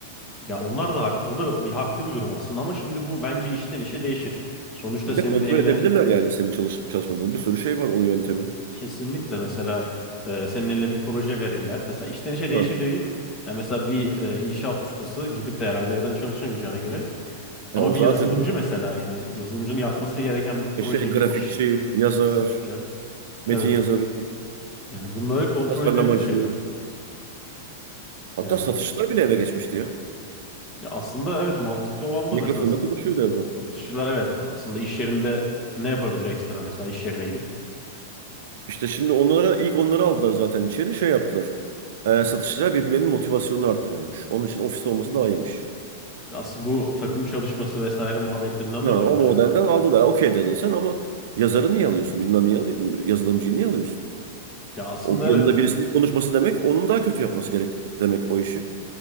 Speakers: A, on the left; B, on the right.
A: ya onlar da hak. O da bir haklı bir durum aslında ama şimdi bu bence işten işe değişir. Sonuçta
B: Bir
A: senin
B: de kontrol
A: eline
B: edebilirler yani senin çalışıp çalışmadığını. Bir sürü şey var o yöntemi.
A: kesinlikle mesela e, senin eline bir proje verirler. Mesela işten işe
B: Ha.
A: değişir dediğim yani mesela bir e, inşaat ustası gidip de herhalde evden çalışamayacağına göre Ama
B: Ya o
A: bir
B: zaten
A: yazılımcı
B: öyle.
A: mesela yani yazılımcının yapması gereken bir
B: E
A: proje,
B: şey grafikçi,
A: bir iş.
B: yazar,
A: Kesinlikle. Evet.
B: metin yazarı,
A: Yani bunları kontrol
B: tasarlamacı.
A: edebilir şeyler.
B: Hatta
A: Yani
B: satışçılar bile eve geçmişti ya.
A: aslında evet mantıklı olan da
B: Mikrofonla
A: o. mesela s-
B: konuşuyordu evden.
A: satışçılar evet aslında iş yerinde ne yapabilir ekstra mesela iş yerine gidip.
B: İşte şimdi onlara ilk onları aldılar zaten içeri şey yaptılar. Ee, satışçılar birbirlerinin motivasyonunu artırıyormuş. Onun için ofiste olması daha iyiymiş.
A: Aslında bu takım çalışması vesaire muhabbetlerinden
B: Ha,
A: dolayı
B: o
A: mı
B: modelden
A: acaba?
B: aldılar. Okey dedin sen ama yazarı niye alıyorsun? Bilmem niye alıyorsun. Yazılımcıyı niye alıyorsun?
A: Ya aslında
B: O yanında
A: evet.
B: birisinin konuşması demek onun daha kötü yapması gerek demek o işi.